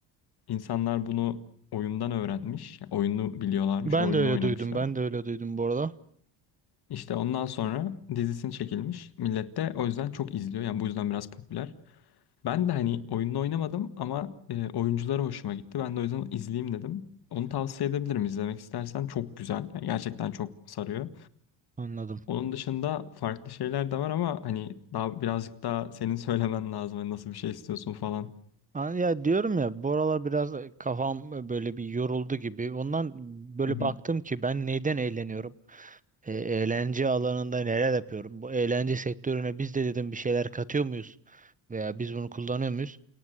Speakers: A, on the left; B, on the right.
A: insanlar bunu oyundan öğrenmiş. Yani oyunu biliyorlarmış,
B: Ben
A: oyununu
B: de öyle
A: oynamışlar.
B: duydum. Ben de öyle duydum bu arada.
A: İşte ondan sonra dizisini çekilmiş. Millet de o yüzden çok izliyor. Yani bu yüzden biraz popüler. Ben de hani oyununu oynamadım ama e, oyuncuları hoşuma gitti. Ben de o yüzden izleyeyim dedim. Onu tavsiye edebilirim izlemek istersen. Çok güzel. Yani gerçekten çok sarıyor.
B: Anladım.
A: Onun dışında farklı şeyler de var ama hani daha birazcık daha senin <laughs> söylemen lazım. Hani nasıl bir şey istiyorsun falan.
B: Ha, Ya diyorum ya bu aralar biraz e, kafam e, böyle bir yoruldu gibi. Ondan böyle
A: Hı hı.
B: baktım ki ben neyden eğleniyorum? E, eğlence alanında neler yapıyorum? Bu eğlence sektörüne biz de dedim bir şeyler katıyor muyuz? Veya biz bunu kullanıyor muyuz?